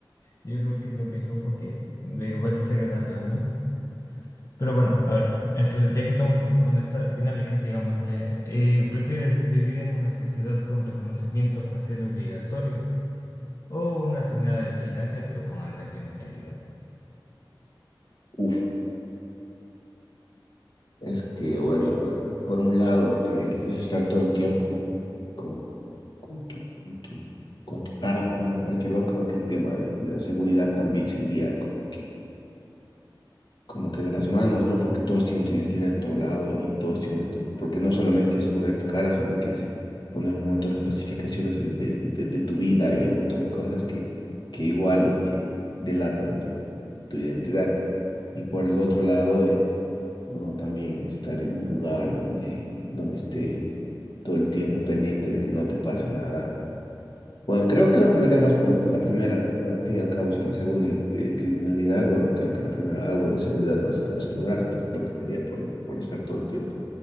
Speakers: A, on the left; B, on the left.
A: Yo creo que lo mismo porque es eh, es desagradable, ¿no? Pero bueno, a ver, entonces ya que estamos con, con esta dinámica, digámosle, eh, ¿prefieres vivir en una sociedad con reconocimiento facial obligatorio o una asignada de vigilancia pero con alta criminalidad?
B: Uf, es que bueno,
A: ¿Qué piensas?
B: bueno, por un lado el, te- el- el estar todo el tiempo con, Con tu, con tu, con tu cara poniendo en cualquier lado, creo que el tema de, de la seguridad también se iría como que, como que de las manos, ¿no? Porque todos tienen tu identidad en todo lado y todos tienen tu, porque no solamente es poner tu cara, sino que es poner un montón de especificaciones de, de, de, de tu vida y un montón de cosas que, que igual eh, delatan tu, tu identidad. Y por el otro lado, eh, bueno, también estar en un lugar donde, donde esté todo el tiempo pendiente de que no te pase nada Bueno, creo, creo que metemos por, la- por la primera, ¿no? Bueno, al fin y al cabo, si en la segunda hay eh, criminalidad, bueno, creo que en la primera algo de seguridad vas a, vas a lograr, entonces creo que me iría por, por estar todo el tiempo